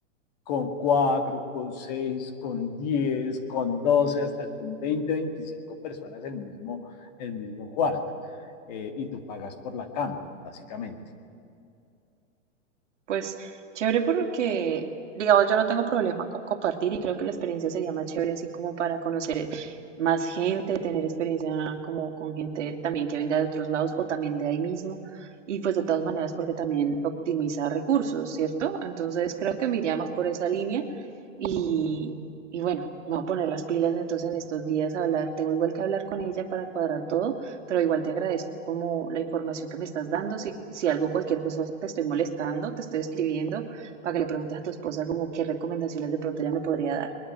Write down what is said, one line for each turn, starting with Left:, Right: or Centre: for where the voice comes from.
Left: con 4, con 6, con 10, con 12, hasta con 20, 25 personas el mismo, el mismo cuarto. Eh, y tú pagas por la cama, básicamente.
Right: Pues chévere porque, digamos, yo no tengo problema con compartir y creo que la experiencia sería más chévere así como para conocer más gente, tener experiencia como con gente también que venga de otros lados o también de ahí mismo. Y pues de todas maneras porque también optimiza recursos, ¿cierto? Entonces creo que me iría más por esa línea y, y bueno, me voy a poner las pilas entonces en estos días a hablar. Tengo igual que hablar con ella para cuadrar todo. Pero igual te agradezco como la información que me estás dando. Si, si algo, cualquier cosa, te estoy molestando, te estoy escribiendo para que le preguntes a tu esposa como qué recomendaciones de pronto ella me podría dar.